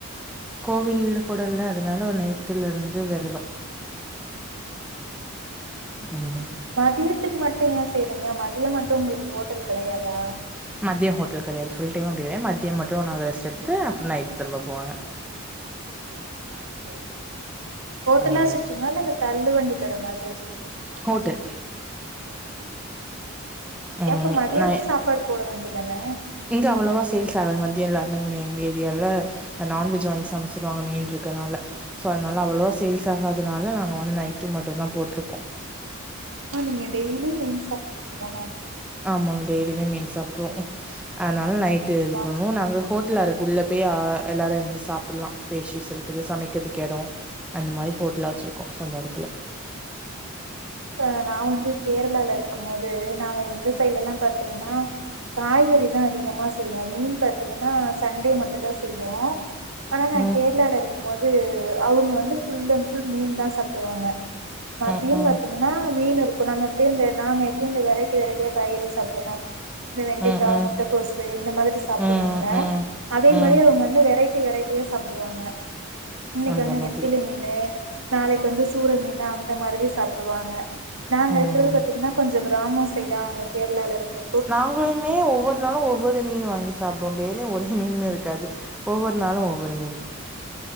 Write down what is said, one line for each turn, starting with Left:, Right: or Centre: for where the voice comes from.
Centre: கோவில் கொடல்ல அதுனால நேத்துலருந்து வெரதோ
Right: ஆ ஆ சேர் சேரி
Centre: ம்
Right: மதியத்துக்கு மட்டு ஏ செய்றீங்க மதியம் மட்டு உங்களுக்கு ஹோட்டல் கெடையாதா
Centre: மதியோ ஹோட்டல் கெடையாது ஃபுல் டைம் அப்டி கெடையாத் மதியம் மட்டு நாங்க ரெஸ்ட் எடுத்துட்டுஅப்றோ நைட் திரும்ப போவாங்க
Right: ஆ ஹா சேரி சேரி ஹோட்டலா
Centre: அந்த
Right: வச்சிருக்கீங்களா
Centre: மாதிரி
Right: இல்ல இந்த தள்ளு வண்டி கட மாதிரி வச்சிருக்கீங்களா
Centre: ஹோட்டல் ம்
Right: எப்ப மதியமு
Centre: நா
Right: சாப்பாடு போட வேண்டியதான
Centre: இங்க அவ்ளோவா சேல்ஸ் ஆகாது மந்தியோ எல்லாருமே இங்க எங்க ஏரியால நான்வெஜ் வாங்கி சமைச்சிருவாங்க மீன் இருக்கனால சோ அதனால அவ்வளோவா சேல்ஸ் ஆகதுனால நாங்க வந்து நைட்டு மட்டு தா போட்ருக்கோ
Right: ஆமா நீங்க டெய்லி மீன் சாப்பிடுவீங்க தான
Centre: ஆமாங்க டெய்லியுமே மீன் சாப்ட்ருவோ அதனால நைட்டு
Right: ஆமா
Centre: இது பண்ணுவோ நாங்க ஹோட் ட்டுலாருக் குள்ள போய் ஆ எல்லாரு இருந்து சாப் அப்பிட்ல்லா ஸ்பேஷியஸ் இருக்குது
Right: ம்ஹும்
Centre: சமைக்கிறதுக்கு எடோ அந்த மாரி ஹோட்டலா வச்சிருக்கோ சொந்த இடத்துல
Right: அ ஹ அ நா வந்து கேரளால இருக்கும் போது நாங்க எங்க சைட்லல்லாம் பாத்தீங்கன்னா காய்கறி தா அதிகமா செய்வோ மீன் பாத்தீங்கன்னா சண்டே மட்டு தா செய்வோ ஆனா நா
Centre: ம்.
Right: கேர்ளால இரு க்கும் போது அவுங்க வந்து ஃபுல் அண்ட் ஃபுல் மீன் தா சாப்டுவாங்க மதியம்
Centre: ம், ம்.
Right: பாத்தீங் ஏனா மீன் இருக்கு நம்ம எப்டியு இந்த நாங்க எப்டி இந்த வெரைட்டி வெரைட்டியா காய்கறி சாப்புடுறோ இந்த வெண்டைக்கா
Centre: ம், ம்.
Right: மு முட்டக்கோசு இந்த மாதிரி சாப்புடுறோல்ல
Centre: ம், ம்.
Right: அதே
Centre: ம்.
Right: மாரி அவுங்க வந்து வெரைட்டி வெரைட்டியா சாப்டுவாங்க இன்னைக்கு
Centre: அந்த
Right: வந்து
Centre: மாதிரி.
Right: நெத்திலி மீன்னு நாளைக்கு வந்து சூற மீன்னு அந்த மாதிரி சாப்டுவாங்க நாங்க
Centre: ம்.
Right: இருக்கறது பாத்தீங்கன்னா கொஞ்சோம் கிராமம் சைடா அங்க கேரளால இருந்த
Centre: நாங்களுமே ஒவ்வொரு நாளும் ஒவ் வொரு மீன் வாங்கி சாப்டுவோ டெலியு ஒரே மீன்னுன் இருக்காது ஒவ்வொரு நாளு ஒவ்வொரு மீன்